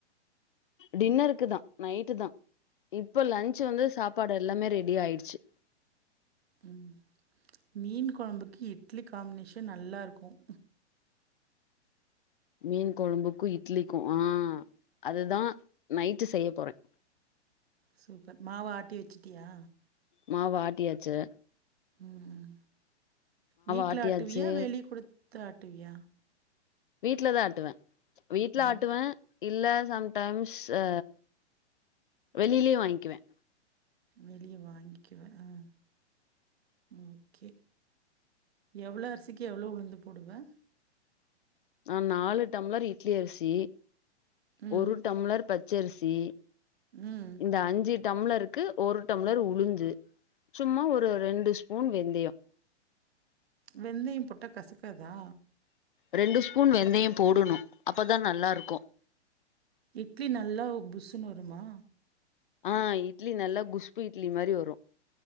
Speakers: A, on the left; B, on the right.
A: டின்னருக்கு தான் நைட்டு தான் இப்ப லன்ச் வந்து சாப்பாடு எல்லாமே ரெடி ஆயிடுச்சு
B: உம் மீன் குழம்புக்கு இட்லி காம்னேஷன் நல்லா இருக்கும்
A: மீன் கொழம்புக்கும் இட்லிக்கும் ஆஹ் அதுதான் நைட்டு செய்ய போறேன்
B: சூப்பர் மாவ் ஆட்டி வச்சிட்டியா
A: மாவு ஆட்டியாச்சே
B: உம் வீட்டுல
A: ஆட்டியாச்சு
B: அட்டுவிய வெளிய குடு வந்து ஆட்டுவிய
A: வீட்லதான் ஆட்டுவேன் வீட்ல
B: ம்
A: ஆட்டுவேன் இல்ல சம்டைம்ஸ் ஹ வெளிலயும் வாங்குவேன்
B: வெளியே வாங்கிக்குவேன் ஆஹ ஓகே எவ்ளோ அரிசிக்கு எவ்வளோ உளுந்து போடுவ
A: நான் நாலு டம்ளர் இட்லி அரிசி
B: ம்
A: ஒரு டம்ளர் பச் ச்ச அரிசி
B: ம்
A: இந்த அஞ்சி டம்ளருக்கு ஒரு டம்ளர் உளுந்து சும்மா ஒரு ரெண்டு ஸ்பூன் வெந்தியம்
B: வெந்தயம் போட்டா கசக்காதா
A: ரெண்டு ஸ்பூன் வெந்தியம் போடுணும் அப்பதான் நல்லாருக்கும்
B: இட்லி நல்லா புஸ்சு னு வருமா
A: ஹ இட்லி நல்லா குஸ்பு இட்லி மாரி வரும்